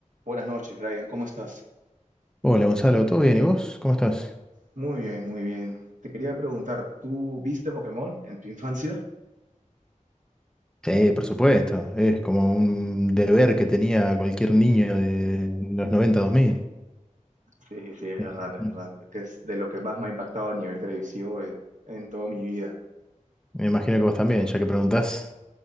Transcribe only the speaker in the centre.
Hola Gonzalo, ¿todo bien? ¿Y vos? ¿Cómo estás?
Sí, por supuesto, es como un deber que tenía cualquier niño de los 90-2000.
Me
imagino,
me imagino que vos también, ya que preguntás.